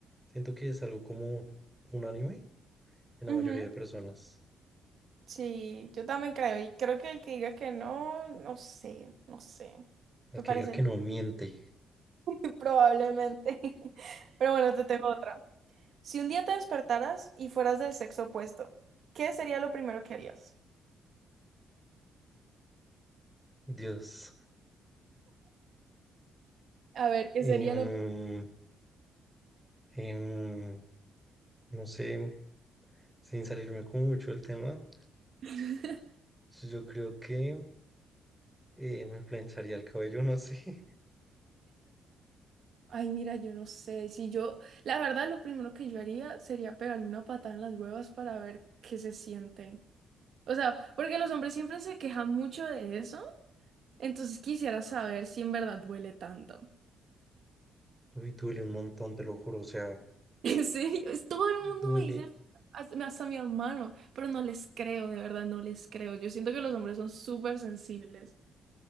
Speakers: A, in the centre; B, on the right.
A: Siento que es algo como unánime en la
B: Ujú,
A: mayoría de personas.
B: Sí, yo también creo. Y creo que el que diga que no, no sé, no sé.
A: La
B: Me
A: que
B: parecería
A: diga que no miente,
B: <laughs> probablemente. <laughs> Pero bueno, te tengo otra. Si un día te despertaras y fueras del sexo opuesto, ¿qué sería lo primero que harías?
A: Dios.
B: A ver, ¿qué
A: Em,
B: sería lo...
A: em, no sé, sin salirme como mucho del tema,
B: <laughs>
A: yo creo que eh, me plancharía el cabello, no sé. <laughs>
B: Ay, mira, yo no sé. Si yo, la verdad, lo primero que yo haría sería pegarme una patada en las huevas para ver qué se siente. O sea, porque los hombres siempre se quejan mucho de eso, entonces quisiera saber si en verdad duele tanto.
A: Uy, duele un montón, te lo juro. O sea,
B: <laughs> En serio, es, todo el mundo
A: duele
B: me dice, hasta hasta mi hermano, pero no les creo, de verdad, no les creo. Yo siento que los hombres son súper sensibles.